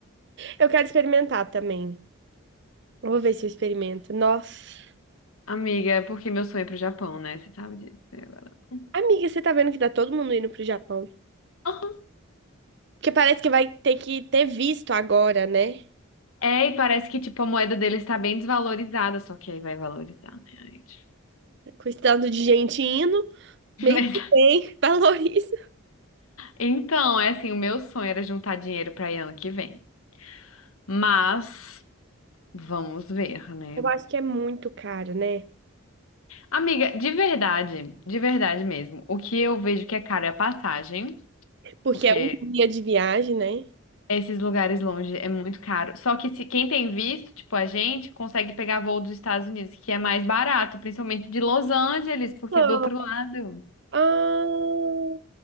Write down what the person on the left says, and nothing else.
Amiga, é porque meu sonho é pro Japão, né? Você sabe disso né, agora. <laughs>
Aham.
É, e parece que, tipo, a moeda deles tá bem desvalorizada, só que aí vai valorizar, né, gente?
<laughs>
Mas,
então, é assim, o meu sonho era juntar dinheiro pra ir ano que vem. Mas vamos ver, né?
Amiga, de verdade, de verdade mesmo, o que eu vejo que é caro é a passagem,
porque
esses lugares longe é muito caro. Só que se quem tem visto, tipo a gente, consegue pegar voo dos Estados Unidos, que é mais barato, principalmente de Los Angeles, porque
é do outro lado.